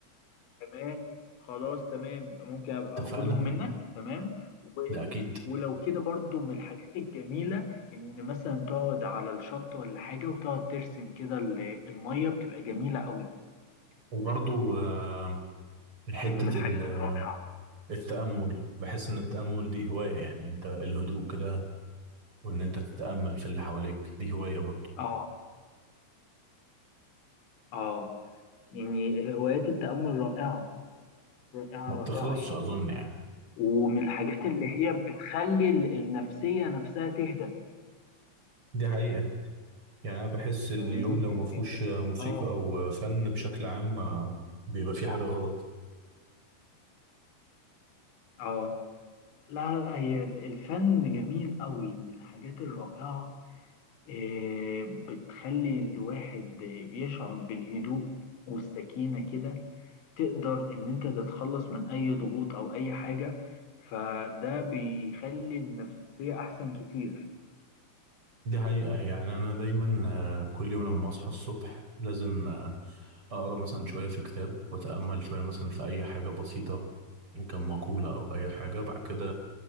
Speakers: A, on the left; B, on the right.
A: تمام خلاص تمام يبقى ممكن ابقى
B: اتفقنا
A: اخدهم منك تمام و...
B: ده اكيد
A: ولو كده برضو من الحاجات الجميلة ان مثلا تقعد على الشط ولا حاجة وتقعد ترسم كده ال- المية بتبقى جميلة قوي
B: وبرضو آه، حتة
A: يعني من الحاجات
B: ال
A: الرائعة
B: التأمل بحس إن التأمل دي هواية يعني أنت الهدوء كده وإن أنت تتأمل في اللي حواليك دي هواية برضه
A: اه اه يعني هوايات التأمل رائعة رائعة
B: ما بتخلصش
A: رائعة يعني
B: أظن يعني
A: ومن الحاجات اللي هي بتخلي ال- النفسية نفسها تهدأ
B: دي حقيقة يعني أنا بحس اليوم
A: فاهمني
B: لو ما فيهوش
A: يعني
B: موسيقى
A: اه
B: أو فن بشكل عام آه، بيبقى فيه حاجة غلط
A: اه لا لا هي ال- الفن جميل قوي من الحاجات الرائعة إيه، بتخلي الواحد يشعر بالهدوء والسكينة كده تقدر إن أنت تتخلص من أي ضغوط أو أي حاجة فده بيخلي النفسية أحسن كتير
B: دي حقيقة يعني أنا دايما آه، كل يوم لما أصحى الصبح لازم آه، أقرأ مثلا شوية في كتاب وأتأمل شوية مثلا في أي حاجة بسيطة إن كان مقولة أو أي حاجة بعد كده